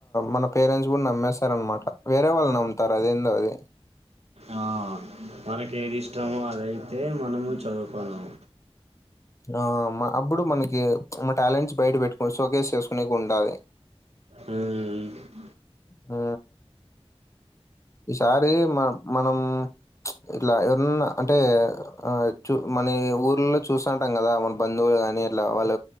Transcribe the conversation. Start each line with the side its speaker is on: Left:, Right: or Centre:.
Left: మన పేరెంట్స్ కూడా నమ్మేస్తారు అనమాట వేరే వాళ్ళు నమ్మి తర్ అదేందో అది
Right: ఆ మనకేదిష్టమో అదైతే మనము చదువుకోన్నాం
Left: ఆ అమ్మ అప్పుడు మనకి మటాలెంట్స్ బయట పెట్టుకోవచ్చు షోకేస్ చేస్కోనేకుండాలి
Right: హూ
Left: ఆ ఈసారి మ మనం ఇట్లా ఎవరన్నా అంటే ఆ చూ మన ఊర్లో చూసంటాం కదా మన బంధువులు గాని ఇట్లా వాళ్ళ